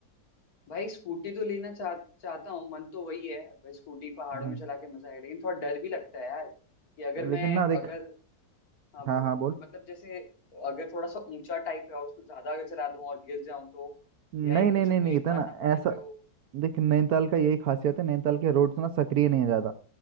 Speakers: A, on the left (about 55°); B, on the right (about 70°).
A: भाई स्कूटी तो लेना चाह चाहता हूँ मन तो वही है भाई स्कूटी पहाड़ों
B: हम्म,
A: में चला के मजा आएगा लेकिन थोड़ा डर भी लगता है यार कि अगर
B: लेकिन
A: मैं
B: ना देख
A: अगर हाँ
B: हाँ
A: वो
B: हाँ बोल
A: मतलब जैसे अगर थोड़ा सा ऊंचा टाइप है और उसमें ज्यादा अगर चला दूं और गिर जाऊं तो
B: नहीं
A: या एकदम
B: नहीं
A: से
B: नहीं नहीं
A: ब्रेक
B: इतना
A: मारना पड़े
B: ऐसा
A: तो
B: देख नैनीताल का यही खासियत है नैनीताल के रोड्स ना सक्रिय नहीं है ज़्यादा